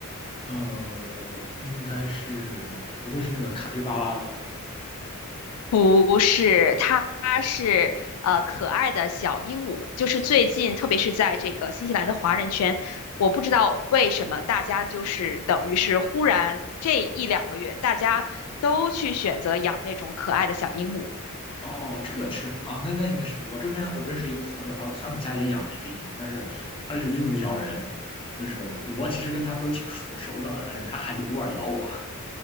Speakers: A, on the left; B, on the left.
A: 呃，应该是不会是那个卡皮巴拉吧？
B: 不是，它是呃可爱的小鹦鹉，就是最近特别是在这个新西兰的华人圈，我不知道为什么大家就是等于是忽然这一两个月，大家都去选择养那种可爱的小鹦鹉。
A: 哦，这个吃啊，那那应该是我这边我认识一个朋友，然后他们家也养了一只鹦鹉，但是他这个鹦鹉咬人，就是我其实跟他都挺熟熟的了，但是他还偶尔咬我。